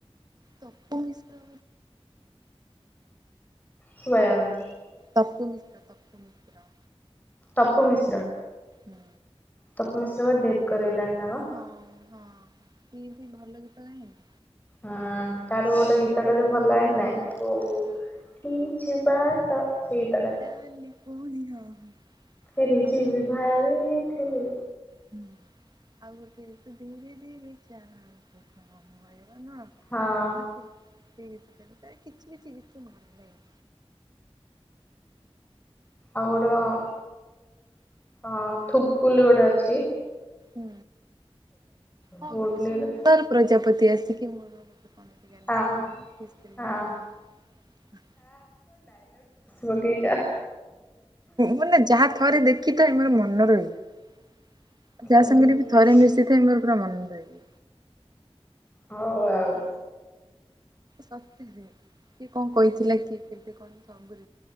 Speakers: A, on the right; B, on the left.
A: ତପୁ ମିଶ୍ର
B: ସୁଭାଇ ଯାଉନି।
A: ତକୁ ମିଶ୍ରା ତ ମିସ୍ତ୍ରା।
B: ତପୁ ମିଶ୍ର।
A: ହୁଁ।
B: ତପୁ ମିଶ୍ର ବା ଡଥ୍ କରିଗଲାଣି। ନା କଣ
A: ହଁ ହଁ ଏ ବି ଭଲ ଗୀତ ଗାଏନି?
B: ହଁ ତାର ଗୋଟେ
A: ତୁ ଧୀରେ
B: ଗୀତ ଟା ଯୋଉ ଭଲ
A: ତୁ ଧୀରେ
B: <inaudible> ନାହିଁ ଯୋଉ
A: ଚା
B: କିଛି ବାଟ ସେଇ ତାଳେ।
A: ଚାଲେ ପୁଣି ହଁ ହଁ।
B: ଉଡି
A: ଆଉ
B: ଯିବି
A: ଗୋଟେ
B: ଭାବୁଥିଲି
A: ହୁଁ, ଆଉ ଗୋଟେ ତୁ ଧୀରେ ଧୀରେ ଚାଲ୍ <inaudible> <inaudible> ନା
B: ହଁ
A: କିଏ? <inaudible> କିଛି କିଛି ଗୀତ ମନେ ନାହିଁ।
B: ଆଉ ଗୋଟେ କଣ, ହଁ। ଥୁକୁଲୁ ଗୋଟେ ଅଛି।
A: ହୁଁ। ହଁ
B: ଗୁଡଲିର
A: ଗୋଟେ ସୁନ୍ଦର ପ୍ରଜାପତି ଆସିକି ମୋର ଗୋଟେ କଣ ଏମିତି ଗାଲରେ
B: ହଁ
A: ବସିଲା କିସ୍ କରି
B: ହଁ
A: <inaudible> ଗୋଟେ କଣ
B: <inaudible> ପକେେଇଛ।
A: ମାନେ ଯାହା ଥରେ ଦେଖି ତ <inaudible> ମୋର ମନ ରହିଯା।
B: ହଉ
A: <inaudible> ଯା ସାଙ୍ଗରେ ବି ଥରେ ମିଶିଥାଏ ମୋର ପୁରା ମନ ଦେଇକି।
B: ହଉ ଆଉ
A: ସତରେ କିଏ କଣ କହିଥିଲା କି କେବେ କଣ <inaudible> ସବୁ।